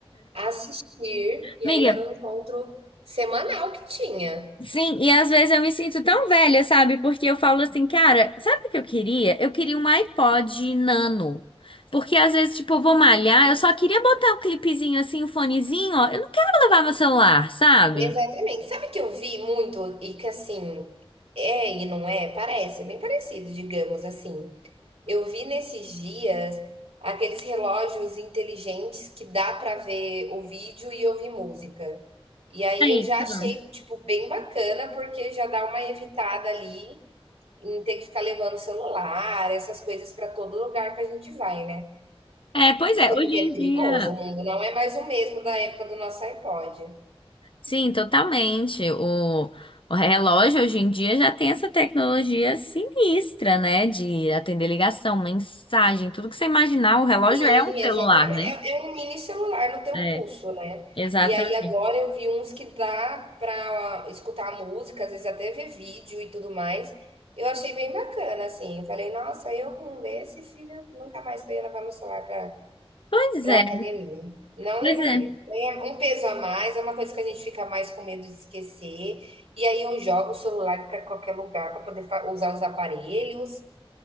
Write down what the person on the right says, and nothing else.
assistir e
aí era um encontro semanal que tinha.
Exatamente. Sabe que eu vi muito e que assim é e não é? Parece, é bem parecido, digamos assim. Eu vi nesses dias aqueles relógios inteligentes que dá pra ver o vídeo e ouvir música. E aí
eu já
achei, tipo, bem bacana, porque já dá uma evitada ali em ter que ficar levando celular, essas coisas pra todo lugar que a gente vai, né?
Até
porque
é perigoso,
o mundo não é mais o mesmo da época do nosso iPod.
Sim,
exatamente.
É, é um mini celular no teu
pulso, né?
E aí agora eu vi uns que dá pra escutar música, às vezes até ver vídeo e tudo mais. Eu achei bem bacana, assim. Eu falei, nossa, eu com um desse, filha, nunca mais eu ia levar meu celular pra,
pra
academia. Não
levaria.
É um peso a mais, é uma coisa que a gente fica mais com medo de esquecer. E aí eu jogo o celular pra qualquer lugar pra poder fa- usar os aparelhos.